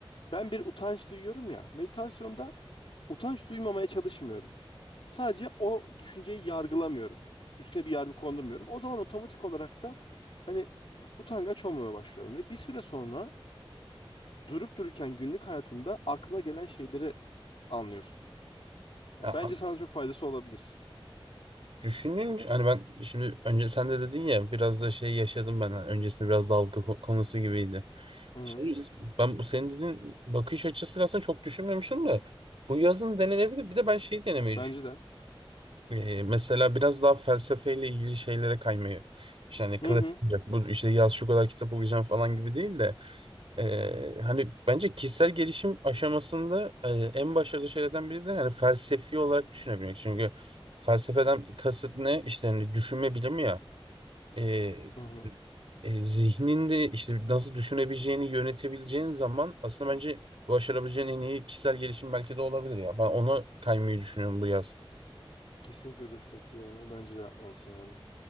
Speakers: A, on the left (about 70°); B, on the right (about 70°).
A: Ben bir utanç duyuyorum ya. Meditasyonda utanç duymamaya çalışmıyorum. Sadece o düşünceyi yargılamıyorum. Üstüne bir yargı kondurmuyorum. O zaman otomatik olarak da hani d- utangaç olmamaya başlıyorum. Ve bir süre sonra durup dururken günlük hayatında aklına gelen şeyleri anlıyorsun. Ya
B: Ya,
A: bence sana çok faydası olabilir.
B: Düşününce hani ben şimdi önce sen de dedin ya biraz da şey yaşadım ben hani öncesinde biraz dalga ko- konusu gibiydi.
A: Hı hı.
B: Şimdi ben bu senin dediğin bakış açısı aslında çok düşünmemiştim de bu yazın denenebilir. Bir de ben şeyi denemeyi
A: Bence
B: düşün.
A: de.
B: Ee, mesela biraz daha felsefeyle ilgili şeylere kaymayı. İşte hani klasik
A: Hı hı.
B: olacak. Bu işte yaz şu kadar kitap okuyacağım falan gibi değil de ee, hani bence kişisel gelişim aşamasında e, en başarılı şeylerden biri de hani felsefi olarak düşünebilmek. Çünkü felsefeden kasıt ne? İşte hani düşünme bilimi ya. Ee,
A: Hı hı.
B: e, zihninde işte nasıl düşünebileceğini yönetebileceğin zaman aslında bence başarabileceğin en iyi kişisel gelişim belki de olabilir ya. Ben ona kaymayı düşünüyorum bu yaz.
A: Kesinlikle destekliyorum ve bence de yapmalısın yani.